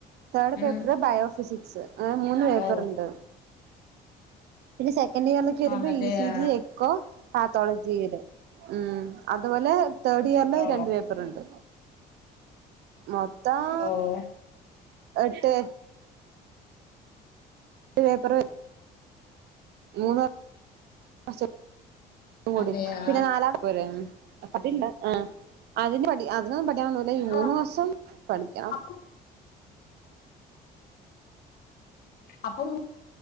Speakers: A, on the right; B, on the left.
A: തേഡ് പേപ്പറ്
B: ഉം
A: ബയോഫിസിക്സ് അങ്ങനെ മൂന്ന് പേപ്പറ്ണ്ട്
B: ഓ
A: പിന്നെ സെക്കൻഡിയറിലേക്ക് വെരുമ്പോ
B: ആ, അതെയാ
A: ഇ സി ജി എക്കോ പാത്തോളജി വെരും ഉം അതുപോലെ തേഡിയറില്
B: ഓ
A: രണ്ട് പേപ്പറ്ണ്ട് മൊത്തം
B: ഓഹ്
A: എട്ട് ട്ട് പേപ്പറ് മൂന്ന് മാസം കൂടിം
B: അതെയാ
A: പിന്നെ നാലാ പോരെ അപ്പൊ പിന്നെ ആഹ് അതിന് പഠി അതിനൊന്നും പഠിക്കാൻ ഒന്നുല്ല ഈ മൂന്ന്
B: ആഹ്
A: മാസം പഠിക്കണം
B: അപ്പൊ അപ്പം